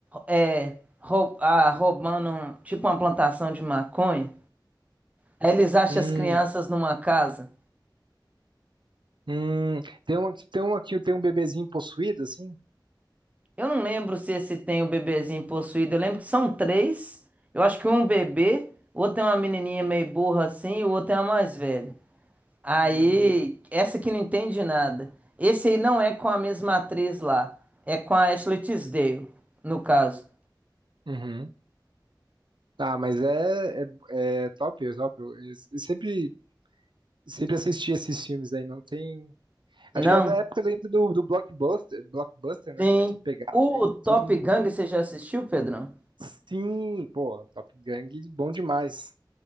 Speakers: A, on the right; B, on the right.
A: É. rou- ah, roubando um- tipo uma plantação de maconha. Aí eles acham
B: Hum,
A: as crianças numa casa.
B: hum. Tem um, aqui- tem um aqui, tem um bebezinho possuído, assim?
A: Eu não lembro se esse tem o bebezinho possuído. Eu lembro que são três. Eu acho que um é um bebê, o outro é uma menininha meio burra assim, e o outro é uma mais velha. Aí,
B: Hum.
A: essa que não entende nada. Esse aí não é com a mesma atriz lá. É com a Ashley Tisdale, no caso.
B: Uhum. Tá, mas é, é, é top, é top. Eu, eu sempre, sempre assisti esses filmes aí, não tem.
A: Não,
B: Acho que era da época ainda do, do Blockbuster, Blockbuster, né?
A: sim.
B: Se pegava
A: O
B: e
A: Top
B: tudo. em-
A: Gun, você já assistiu, Pedrão?
B: Sim, pô, Top Gang, bom demais.